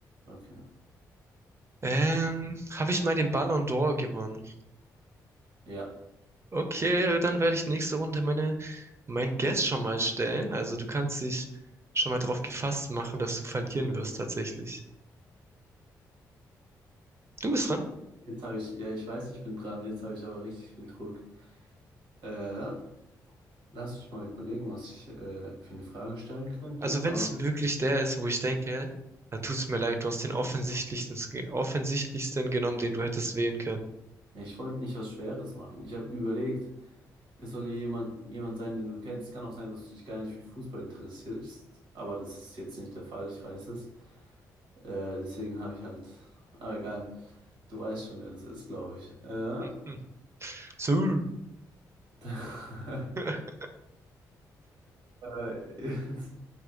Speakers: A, on the right (about 75°); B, on the right (about 30°).
A: Okay.
B: Ähm, habe ich mal den Ballon d'Or gewonnen?
A: Ja.
B: Okay, dann werde ich nächste Runde meine, mein Guess schon mal stellen. Also du kannst dich schon mal drauf gefasst machen, dass du verlieren wirst tatsächlich. Du bist
A: Scheiße.
B: dran.
A: Jetzt habe ich, ja, ich weiß, ich bin dran, jetzt habe ich aber richtig viel Druck. Äh, lass mich mal überlegen, was ich äh, für eine Frage stellen könnte,
B: Also wenn
A: aber
B: es wirklich der ist, wo ich denke, dann tut's mir leid, du hast den offensichtlichsten, ge- offensichtlichsten genommen, den du hättest wählen können.
A: ich wollte nicht was Schweres machen. Ich habe überlegt, Es soll ja jemand, jemand sein, den du kennst. Kann auch sein, dass du dich gar nicht für Fußball interessierst, aber das ist jetzt nicht der Fall, ich weiß es. Äh, deswegen habe ich halt. Aber egal, du weißt schon, wer das ist, glaube ich. Äh,
B: Mhm. So.
A: <laughs>
B: <laughs>
A: äh, jetzt.